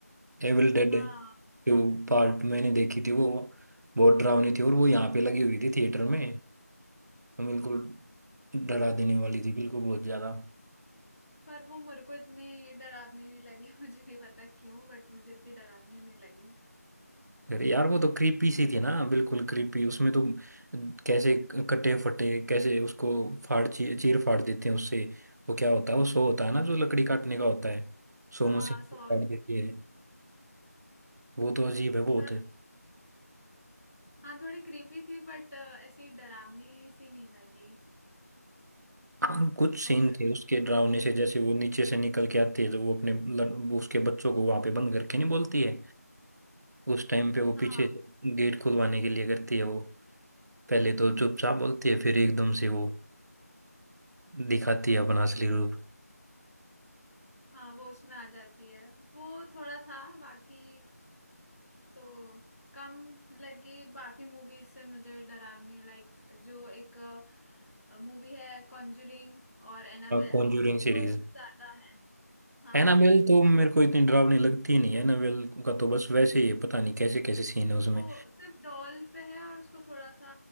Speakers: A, on the right; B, on the left.
A: एविल डेड
B: हाँ
A: टू पार्ट मैंने देखी थी वो बहुत डरावनी थी और वो यहाँ पे लगी हुई थी थिएटर में तो बिल्कुल डरा देने वाली थी बिल्कुल बहुत ज्यादा
B: पर वो मेरे को इतनी डरावनी नहीं लगी <laughs> मुझे नहीं पता क्यों बट मुझे इतनी डरावनी नहीं लगी
A: अरे यार वो तो क्रीपी सी थी ना बिल्कुल क्रीपी उसमें तो कैसे कटे फटे कैसे उसको फाड़ ची- चीर फाड़ देते हैं उससे वो क्या होता है वो सो होता है ना जो लकड़ी काटने का होता है सो
B: हाँ
A: मशीन को
B: सॉ
A: काट देती है वो तो अजीब है बहुत
B: पर हाँ थोड़ी क्रीपी थी बट ऐसी डरावनी सी नहीं लगी
A: हाँ, कुछ सीन
B: और
A: थे उसके डरावने से जैसे वो नीचे से निकल के आती है जब वो अपने लड़- वो उसके बच्चों को वहां पे बंद करके नहीं बोलती है उस टाइम पे वो
B: हाँ
A: पीछे गेट खुलवाने के लिए करती है वो पहले तो चुपचाप बोलती है फिर एकदम से वो दिखाती है अपना असली रूप
B: हाँ वो उसमें आ जाती है वो थोड़ा था बाकी तो कम लगी बाकी मूवीज से मुझे डरावनी लाइक जो एक मूवी है कॉन्जरिंग और एनाबेल
A: Conjuring series
B: वो इससे ज्यादा है हाँ
A: एनाबेल तो मेरे को इतनी डरावनी लगती ही नहीं है एनाबेल का तो बस वैसे ही है, पता नहीं कैसे कैसे सीन है उसमें
B: वो सिर्फ डॉल पे है और उसको थोड़ा सा